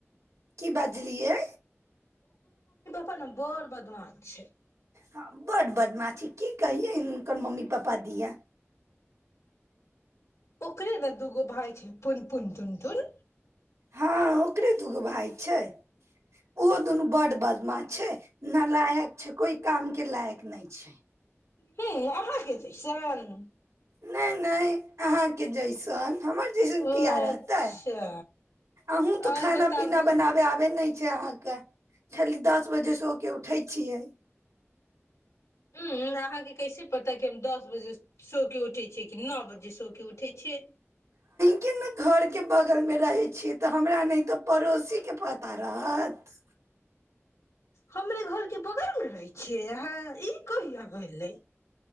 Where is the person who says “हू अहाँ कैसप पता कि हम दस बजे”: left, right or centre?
Left